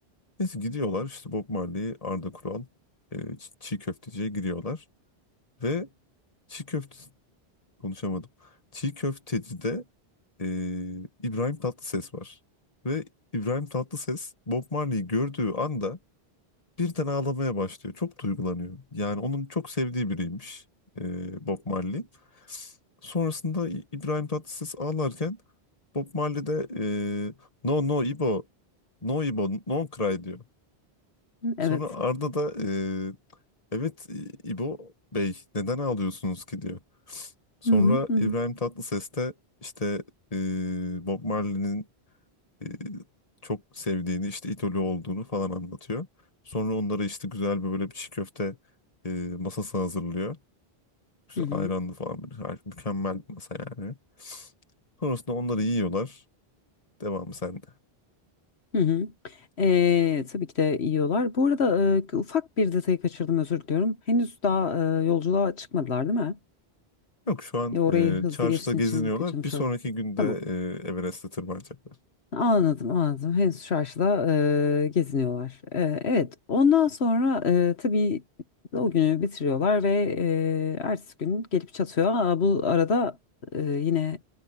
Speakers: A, on the left; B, on the left.
A: Neyse gidiyorlar işte Bob Marley, Arda Kural e, ç- çiğ köfteciye giriyorlar. Ve çiğ köfte konuşamadım. Çiğ köfteci e, İbrahim Tatlıses var. Ve İbrahim Tatlıses Bob Marley'i gördüğü anda birden ağlamaya başlıyor. Çok duygulanıyor. Yani onun çok sevdiği biriymiş e, Bob Marley. Sonrasında İ- İbrahim Tatlıses ağlarken Bob Marley de e, No no İbo, no İbo, no cry diyor. Sonra
B: Evet.
A: Arda da e, evet İ- İbo Bey neden ağlıyorsunuz ki diyor. Sonra
B: Hı hı. Hı hı.
A: İbrahim Tatlıses de işte e, Bob Marley'nin e, çok sevdiğini işte idolü olduğunu falan anlatıyor. Sonra onlara işte güzel bir böyle bir çiğ köfte e, masası hazırlıyor. Güzel
B: Hı hı.
A: ayranlı falan bir harika, mükemmel bir masa yani. Sonrasında onları yiyorlar. Devamı sende.
B: Hı hı. Ee, tabii ki de yiyorlar. Bu arada e, ufak bir detayı kaçırdım özür diliyorum. Henüz daha e, yolculuğa çıkmadılar değil mi?
A: Yok şu an
B: Ya orayı
A: e,
B: hızlı
A: çarşıda
B: geçtiğin
A: geziniyorlar.
B: için kaçırmış
A: Bir sonraki
B: oldum.
A: günde
B: Tamam.
A: e, Everest'e tırmanacaklar.
B: Anladım, anladım. Henüz çarşıda e, geziniyorlar. E, evet. Ondan sonra e, tabii o günü bitiriyorlar ve e, ertesi gün gelip çatıyor. Aa, bu arada e, yine